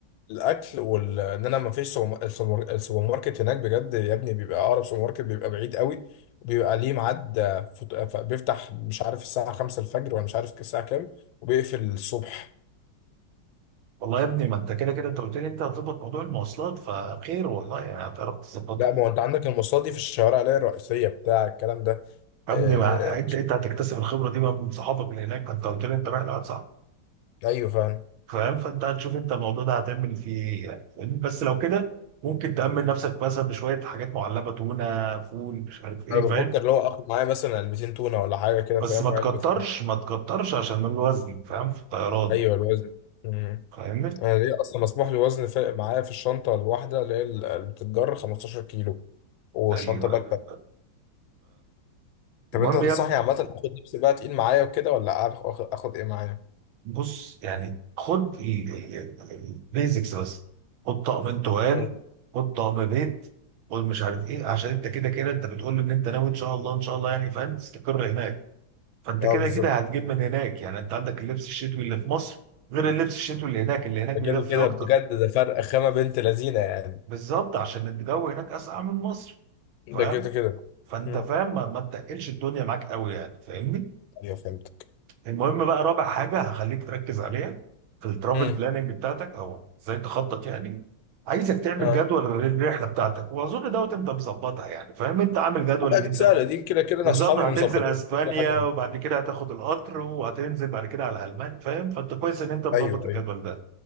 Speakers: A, on the left (about 80°); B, on the right (about 80°).
A: الاكل وال ان انا ما فيش سوبر السوبر- السوبر ماركت هناك بجد يا ابني بيبقى اقرب سوبر ماركت بيبقى بعيد قوي وبيبقى ليه ميعاد آه، فت- آه، ف- بيفتح مش عارف الساعه 5 الفجر ولا مش عارف الساعه كام وبيقفل الصبح
B: والله يا ابني ما انت كده كده انت قلت لي انت هتظبط موضوع المواصلات فخير والله يعني هتعرف تظبطها
A: لا
B: يعني.
A: ما هو انت عندك المصادي في الشوارع اللي هي الرئيسيه بتاع الكلام ده
B: يا
A: آه...
B: ابني ما انت انت هتكتسب الخبره دي بقى من صحابك اللي هناك فانت قلت لي انت رايح لواحد صاحبك
A: ايوه فاهم
B: فاهم فانت هتشوف انت الموضوع ده هتعمل فيه ايه يعني فاهمني؟ بس لو كده ممكن تأمن نفسك مثلا بشويه حاجات معلبه تونه فول مش عارف ايه
A: انا بفكر
B: فاهم
A: لو اخد معايا مثلا علبتين تونه ولا حاجه كده
B: بس
A: فاهم
B: ما تكترش
A: وعلبه لانشون.
B: ما تكترش عشان الوزن فاهم في الطيران
A: ايوه الوزن مم.
B: فاهمني
A: انا ليه اصلا مسموح لي وزن ف- معايا في الشنطه الواحده اللي هي اللي بتتجر 15 كيلو والشنطه
B: ايوه
A: باك
B: أيوة. فالمهم
A: طب انت تنصحني
B: يا ابني
A: عامة اخد لبس بقى تقيل معايا وكده ولا اخد اخد ايه معايا؟
B: بص يعني خد البيزكس بس خد طقمين طوال
A: امم
B: خد طقم بيت خد مش عارف ايه عشان انت كده كده انت بتقول لي ان انت ناوي ان شاء الله ان شاء الله يعني فاهم تستقر هناك فانت
A: اه
B: كده
A: بالظبط
B: كده هتجيب من هناك يعني انت عندك اللبس الشتوي اللي في مصر غير اللبس الشتوي اللي هناك اللي هناك
A: ده
B: بيدفي
A: كده كده
B: اكتر
A: بجد ده فرق خامة بنت لذينة يعني
B: بالظبط عشان الجو هناك اسقع من مصر
A: ده
B: فاهم
A: كده كده
B: فانت
A: امم
B: فاهم ما ما تقلش الدنيا معاك قوي يعني فاهمني
A: ايوه فهمتك
B: المهم بقى رابع حاجه هخليك تركز عليها في الترافل
A: امم
B: بلاننج بتاعتك او ازاي تخطط يعني عايزك تعمل
A: اه
B: جدول للرحله بتاعتك واظن دوت انت مظبطها يعني فاهم انت عامل جدول
A: لا
B: ان
A: دي
B: انت
A: سهلة دي كده كده انا
B: بالظبط
A: اصحابي
B: هتنزل
A: مظبطين
B: اسبانيا
A: كل حاجة
B: وبعد كده هتاخد القطر وهتنزل بعد كده على المانيا فاهم فانت كويس ان انت مظبط
A: ايوه
B: الجدول
A: ايوه
B: ده